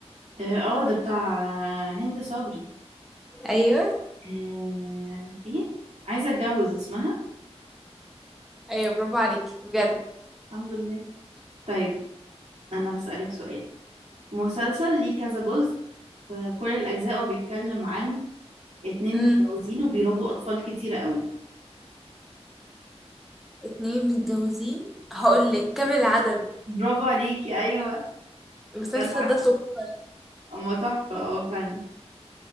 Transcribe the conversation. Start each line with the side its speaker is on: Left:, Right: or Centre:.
Right: اه آه، ده بتاع هند صبري
Centre: ايوه
Right: آه ايه عايزة اتجوز اسمها
Centre: ايوه برافو عليكي بجد
Right: الحمد لله طيب أنا هسألك سؤال مسلسل ليه كذا جزء فكل الأجزاء بيتكلم عن اتنين
Centre: امم
Right: متجوزين وبيربوا اطفال كتير قوي
Centre: اتنين متجوزين هقول لك كام العدد
Right: برافو عليكي ايوه
Centre: المسلسل
Right: جدعة
Centre: ده تحفة
Right: اما تحفة اه فعلا